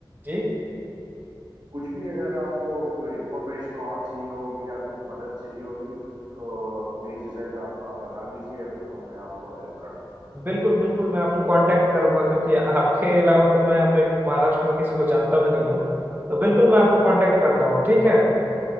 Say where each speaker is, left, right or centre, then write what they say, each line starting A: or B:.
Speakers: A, on the right; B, on the right.
A: जी
B: कुछ भी अगर आपको इंफॉर्मेशन और चाहिए होगी या कुछ मदद चाहिए होगी तो बेझिझक आप आप बता दीजिए तो मैं आपको हेल्प कर दूंगा
A: बिल्कुल बिल्कुल मैं आपको
B: है ना
A: कांटेक्ट करूंगा क्योंकि आपके अलावा तो मैं अपने महाराष्ट्र में किसी को जानता भी नहीं
B: हम्म
A: हूँ तो बिल्कुल मैं आपको कांटेक्ट
B: बिल्कुल
A: करता हूँ ठीक है